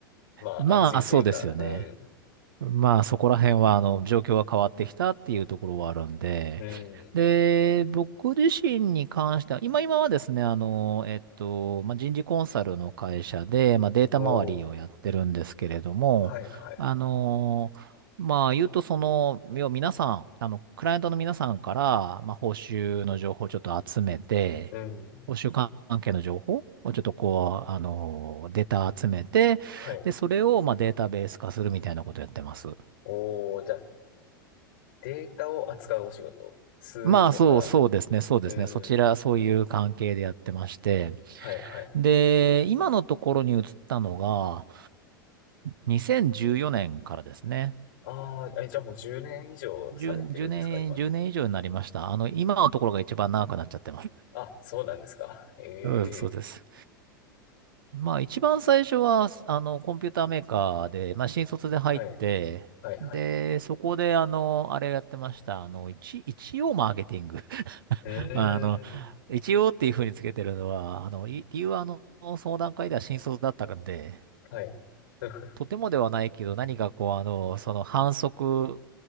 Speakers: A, on the left (about 65°); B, on the right (about 75°).
A: まあ熱いというか、
B: まあ、そうですよね。
A: うん。
B: まあそこら辺はあの状況が変わってきたっていうところはあるんで、
A: うん。
B: で、僕自身に関しては、今今はですね、あの、えっと、まあ、人事コンサルの会社で、まあ、データ周りをやってるんですけれども、
A: おー、はいはい。
B: あの、まあ言うとその、要は皆さん、あの、クライアントの皆さんから、まあ報酬の情報をちょっと集めて、
A: うん。
B: 報酬関係の情報をちょっとこう、あの、データ集めて、
A: はい。
B: で、それをまあデータベース化するみたいなことやってます。
A: おー、じゃあデータを扱うお仕事。数字とか。
B: まあそう、そうですね、そうですね。
A: うん。
B: そちら、そういう関係でやってまして。
A: はいはい。
B: で、今のところに移ったのが、2014年からですね。
A: ああ、え、じゃあもう10年以上されてるんですか今の。
B: 10、年、10年以上になりました。あの、今のところが一番長くなっちゃってます。
A: あ、そうなんですか。え
B: うん、そうです。
A: え。
B: まあ一番最初は、あの、コンピューターメーカーで、まあ新卒で入って、
A: はい。はいはい。
B: で、そこで、あの、あれやってました。あの、一、一応マーケティング。
A: うーん。
B: まあの、一応っていうふうにつけてるのは、あの、い理由はあの、その段階では新卒だったんで、
A: はい。<laughs>
B: とてもではないけど、何かこう、あの、その反則、